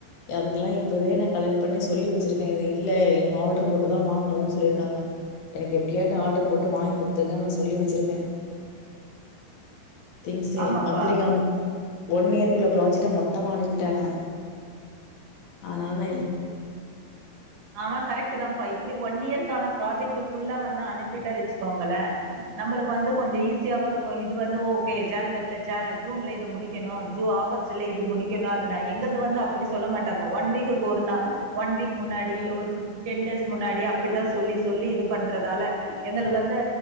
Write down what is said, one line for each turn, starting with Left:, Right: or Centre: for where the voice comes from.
Left: அதுக்கெல்லா இப்போவே நா கலெக்ட் பண்ணி சொல்லி வச்சருக்கே இது இல்ல எனக்கு ஆர்டரு போட்டு தா வாங்குணு சொ சொல்லியிருக்காங்க எனக்கு எப்டியாடு ஆர்டர் போட்டு வாங்கி குடுத்துருங்னு சொல்லி வச்சிருக்கே திங்ஸ்சே
Right: ஆமாப்பா
Left: மந்திரகம் ஒன் இயருக்குள்ள ப்ராஜெக்ட மொத்தமா அனுப்பிட்டாங்க அதனாலதா
Right: ஆமா கரெக்ட் தாம்பா இப்டி ஒன் இயர்கக்கான ப்ராஜெக்ட் புள்ளா வந்து அனுப்பிட்டா வச்சுக்கோங்களே நம்முளுக்கு வந்து கொஞ்சோ ஈஸியாவோ இருக்கோ இது வந்து ஓகே ஜேன்வர்ல ஜே ஜூன்ல இது முடிக் க்கணோ ஜூ ஆகஸ்ட்ல இது முடிக்கணோ அது நா எங்கள்து வந்து அப்புடி சொல்ல மாட்டாங்க ஒன் வீக்கு ஒரு நாள் ஒன் வீக் முன்னாடி இல்ல ஒரு ஃபிஃப் டென் டேஸ்க்கு முன்னாடி அப்புடிதா சொல்லி சொல்லி இது பண்றதால எங்குளுக்கு வந்து